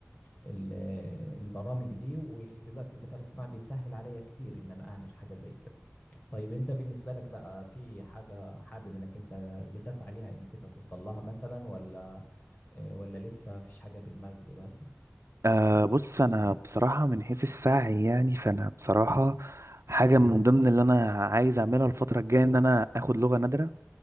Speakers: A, on the left; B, on the right.
A: ال البرامج دي ودلوقتي الذكاء الاصطناعي بيسهل عليا كتير ان انا اعمل حاجه زي كده طيب انت بالنسبه لك بقى في حاجه حابب انك انت بتسعى ليها انك انت توصل لها مثلا ولا آه، ولا لسه مفيش حاجه في دماغك دلوقتي
B: آه بص انا بصراحه من حيث السعي يعني فانا بصراحه حاجه من ضمن اللي انا عايز اعملها الفتره الجايه ان انا اخد لغه نادره